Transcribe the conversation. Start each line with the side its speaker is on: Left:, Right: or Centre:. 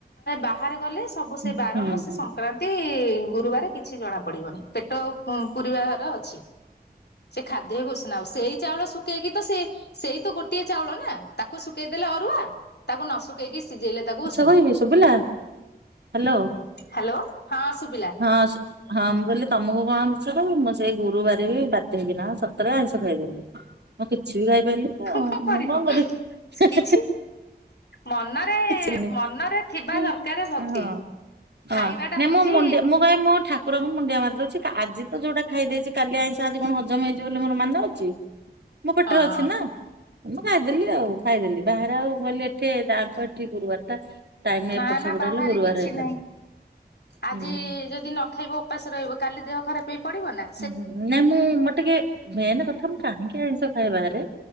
Left: ବାହାରେ ଗଲେ ସବୁ ସେ ବାରଣ
Right: ହୁଁ
Left: ସେ ସଂକ୍ରାନ୍ତି ତି ଗୁରୁବାରେ କିଛି ଜଣା ପଡିବନି ପେଟ ପୂୁରିବା ହାର ଅଛି। ସେ ଖାଦ୍ୟ ଉଷୁନା ଆଉ ସେଇ ଚାଉଳ ଶୁଖେଇକି ତ ସେ ସେଇ ତ ଗୋଟିଏ ଚାଉଳ ନା ତାକୁ ଶୁକେଇଦେଲେ ଅରୁଆ ତାକୁ ନ ଶୁକେଇକି ସିଝେଇଲେ ତାକୁ
Right: ମିଛ
Left: ଉଷୁନା।
Right: କହିବି ଶୁଭିଲା ହ୍ୟାଲୋ।
Left: ହ୍ୟାଲୋ ହଁ ସୁବିଲା।
Right: ହଁ ସୁ ହଁ ମୁଁ କହିଲି ତମକୁ କଣ ମିଛ କହିବି ମୁଁ ସେଇ ଗୁରୁବାରେ ବି ବାଧ୍ୟ ହେଇକିନା ସତରେ ଆଇଁଷ ଖାଇଦେଲି। ମୁଁ କିଛି ବି ଖାଇପାରିଲିନି ଆଉ
Left: କଣ କରିବ
Right: ମୁଁ କଣ କରିବି।
Left: କିଛି ମନରେ
Right: କିଛି ବି ନାହିଁ।
Left: ମନରେ ଥିବା
Right: ହଁ
Left: ଦରକାର ଭକ୍ତି।
Right: ହଁ
Left: ଖାଇବାଟା
Right: ନାଇଁ
Left: ହଉଛି
Right: ମୁଁ ମୁଣ୍ଡିଆ ମୁଁ କଇବି ମୋ ଠା ଠାକୁରଙ୍କୁ ମୁଣ୍ଡିଆ ମାରି ଦଉଛି କା ଆଜି ତ ଯୋଉଟା ଖାଇ ଦେଇଛି କାଲି ଆଇଁସ ଆଜି କଣ ହଜମ ହେଇ ଯିବ ବୋଲି ମୋର ମାନେ ଅଛି? ମୋ ପେଟ୍
Left: ହଁ
Right: ରେ ଅଛି ନାଁ ମୁଁ ଖାଇଦେଲି ଆଉ ଖାଇଦେଲି ବାହାରେ ଆଉ ବୋଲି ଏଠି ଯାନ୍ ଟି ଗୁରୁବାର୍ ଟା
Left: ନା
Right: ସେପଟ
Left: ନା ବାହାରେ
Right: ହେଲେ ଗୁରୁବାର
Left: କିଛି
Right: ହେଇନଥିବ
Left: ନାହିଁ ଆଜି
Right: ହୁଁ।
Left: ଯଦି ନ ଖାଇବ ଉପାସ ରହିବ କାଲି ଦେହ ଖରାପ ହେଇ ପଡିବ ନାଁ।
Right: ହୁଁ ହୁଁ ନାଇଁ ମୁଁ ମୋର ଟିକେ ମେନ୍ କଥା ମୁଁ କାହିଁକି ଆଇଁଷ ଖାଏ ବାହାରେ